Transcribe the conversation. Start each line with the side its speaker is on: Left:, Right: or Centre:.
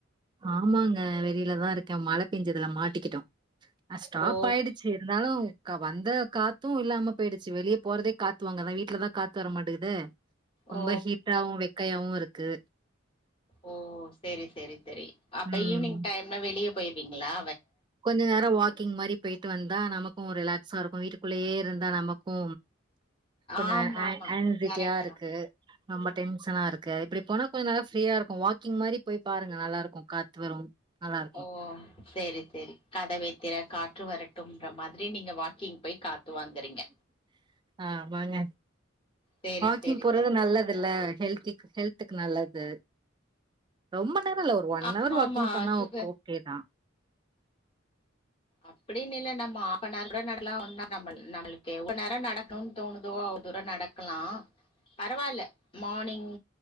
Right: ஆமாங்க வெளியிலதான் இருக்கேன் மழை பெஞ்சதுலாம் மாட்டிக்கிட்டோம் அ ஸ்டாப்
Left: ஓ
Right: ஆயிடுச்சு இருந்தாலும் இங்க வந்த காத்தும் இல்லாம போயிடுச்சு வெளியே போறதே காத்துவாங்கதான் வீட்டுலதான் காத்து வர மாட்டேங்குதே ரொம்ப
Left: ஓ
Right: ஹீட்டர்வாவும் வெக்கையாவும் இருக் கு
Left: ஓ செரி செரி செரி அப்ப
Right: ம்
Left: ஈவினிங் டைம்ல வெளியே போய்டுவீங்களா
Right: கொஞ்ச நேர வாக் கிங் மாரி போயிட்டு வந்தா நமக்கு ஒரு ரிலாக்ஸா இருக்கு வீட்டுக்குள்ளயே இருந்தா நமக்கு கொஞ்ச
Left: ஆமா
Right: ஹா ஹோ
Left: ஆமா
Right: ஹோன்டிஜியா
Left: கரெக்ட்
Right: இருக்கு
Left: தான்
Right: ரொம்ப டென்ஷனா இருக்கு இப்படி போனா கொஞ்ச நல்லா ஃப்ரீயா இருக்கு வாக்கிங் மாரி போய் பாருங்க நல்லா இருக்கு காத்து வரு நல்லா இருக்கு
Left: ஓ சேரி சேரி கதவைத்திர காற்று வரட்டும்ன்ற மாதிரி நீங்க வாக்கிங் போய் கா த்து வாங்குறீங்க
Right: ஆமாங்க
Left: சேரி
Right: வாக்கிங்
Left: சேரி
Right: போறது
Left: சேரி
Right: நல்லது இல்ல ஹெல்திக் ஹெல்துக்கு நல்லது ரொம்ப நேரமில்லோ ஒரு ஒன்
Left: ஆமா
Right: ஹவர் வாக்கிங்
Left: ஆமா
Right: பண்ணா
Left: சுகர்
Right: ஓகே தா
Left: அப்டின்னு இல்ல நம்ம கூட நடக்கலா ஒன்னா நம்மளுக்கு எவ்வளவு நேரம் நடக்கனு தோனுதோ அவ்வளவு தூர நடக்கலா பரவால்ல மார்னிங்